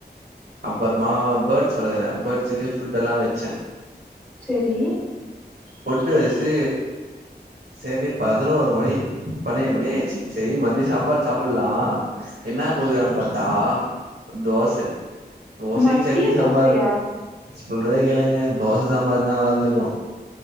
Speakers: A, on the right; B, in the centre.
A: அப்பறமா பேர்ட்ஸ் வளக்கற பேர்ட்ஸுக்கு ஃபுட்டெல்லா வெச்ச
B: செரி
A: ஃபுட்டு வெஷ்ட்டு செரி பதினோரு மணி பன்னேன் மணி ஆயிடுச்சு சரி மதிய சாப்பாடு சாப்புல்லா இன்னா குடுக்குறாங்ன் பாத்தா தோச தோசை
B: மதிய
A: சட்னி சாம்பாரு
B: தோசையா
A: சொல்ற கேளுங்க தோச சாம்பார்னா நல்லா இருந்திருக்கு